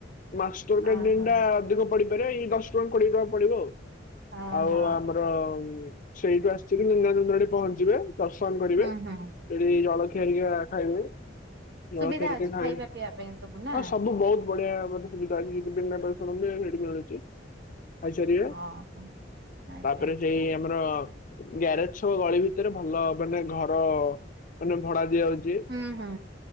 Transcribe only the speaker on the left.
ମାଷ୍ଟରକାଣ୍ଟିନ
ଟା ଅଧିକ ପଡିପାରେ ଏଇ ଦଶ ଟଙ୍କା କୋଡିଏ ଟଙ୍କା ପଡିବ ଆଉ।
ଆଉ ଆମର ସେଇଠୁ ଆସିି ଚି ଲିଙ୍ଗରାଜ ମନ୍ଦିର ଆଡ଼େ ପହଞ୍ଚିବେ। ଦର୍ଶନ କରିବେ
ସେଠି ଜଳଖିଆ ଆଜ୍ଞା ଖାଇବେ। ଜଳଖିଆ
ଟିକେ
ଖାଇଲେ
ଆଁ ସବୁ ଭଲ। ବଢିଆ ମ ସୁବିଧା ଅଛି <unintelligible> ସେଠି ମିଳୁଛି। ଖାଇ ସାରିବେ
ତାପରେ ସେଇ ଆମର। ଗ୍ୟାରେଜ ଛକ ଗଳି ଭିତରେ ଭଲ ମାନେ ଘର ମାନେ ଭଡା ଦିଆହଉଛି। ଜି